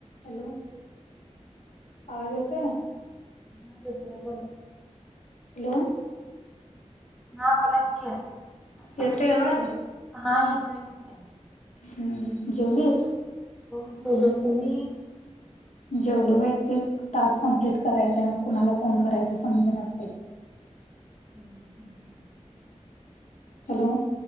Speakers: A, on the left; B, in the centre.
A: Hello आवाज यते आहे
B: नाही कोण
A: हॅलो
B: हा बला कि आहे
A: येतोय आवाज
B: हा येतो क आहे
A: हम्म जेवणेस
B: करतल तुम्
A: जेवलो बा तेच टास्क कमप्लीट करायच कुणाला फोन करायचा समजणच पाहिजे
B: हम्
A: हॅलो